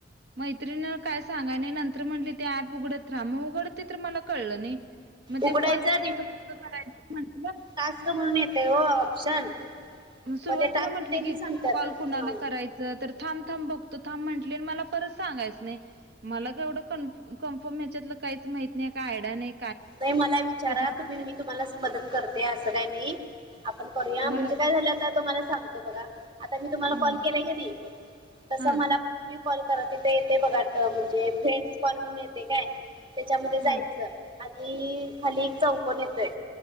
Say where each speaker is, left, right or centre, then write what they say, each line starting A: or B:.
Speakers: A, on the right (about 65°); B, on the right (about 30°).
A: मैत्रीिण काय सांगाय नाही नंतर म्हटली ते ऍप उघडत राहा मग उघडतते तर मला कळलं नाही मग ते
B: उघडायचं
A: कॉल करायचं म्हटलं
B: कास्त म्हणून येतेय हो ऑप्शन
A: सुरुवातीला
B: मग ते टास्क
A: म्हंटले
B: त्यांनी
A: की
B: सांगतात
A: कॉल कुणाला
B: ह
A: करायच तर थांब थांब बघतो थांब म्हटली मला परत सांगायच नाही मलावढं कन कन्फर्म ह्याच्यातलं काहीच माहीत नाही काय आयड्या नाही
B: नाही मला विचारा
A: त्याच्यामुळे
B: तुम्ही
A: नाही
B: मी तुम्हालाच मदत करते असं काही नाही आपण करूया म्हणजे
A: मला
B: काय झालं आता तुम्हाला सांगतो बघा आता मी तुम्हाला
A: हम्म
B: कॉल केलाय की नाही तस
A: हा
B: मला पण तुम्ही कॉल करा तिथे येते बघा म्हणजे फ्रेंड्स कॉल म्हणून येते काय त्याच्यामध्ये जायचं
A: हा
B: आणि खाली एक चौकन येतोय